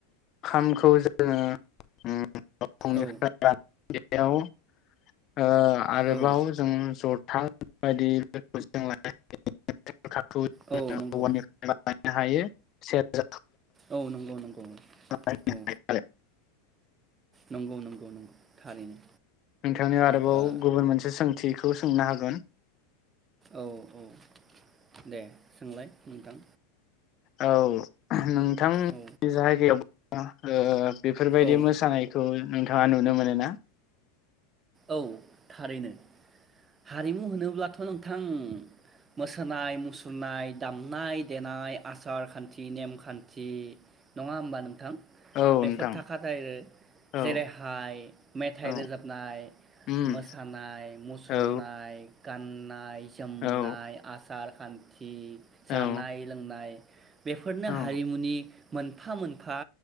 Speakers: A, on the left (about 40°); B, on the right (about 25°).
A: खामखौ जोङो उम फुंनिफ्राय
B: औ
A: लान गेजेराव ओ आरोबाव
B: औ
A: जों जथा बायदिफोरखौ जों लानो हायो। खाकु
B: औ
A: उम अवाननिखौ
B: नंगौ
A: मालाय हायो सेरोजा
B: औ नंगौ नंगौ
A: हायो
B: औ औ
A: आरो
B: नंगौ नंगौ नंगौ। थारैनो
A: नोंथांनि आरोबाव
B: दा
A: गुबुन मोनसे सों थिखौ सोंनो हागोन।
B: औ औ दे सोंलाय नोंथां।
A: औ नों बिथांनि
B: औ
A: जायगायाव ओ बेफोरबायदि
B: औ
A: मोसानायखौ नाङा नुनो मोनो ना।
B: औ थारैनो हारिमु होनोब्लाथ' नोंथां मोसानाय मुसुरनाय दामनाय देनाय आसार खान्थि नेमखान्थि नङा होमबा नोंथां?
A: औ
B: बेफोर
A: नोंथां
B: थाखाथायार
A: औ
B: जेरैहाय मेथाइ
A: औ
B: रोजाबनाय।
A: उम
B: मोसानाय मुसुरनाय
A: औ
B: गान्नाइ जोमनाय
A: औ
B: आसार खान्थि जानाय
A: औ
B: लोंनाय।। बेफोरनो
A: औ
B: हारिमुनि मोनफा मोनफा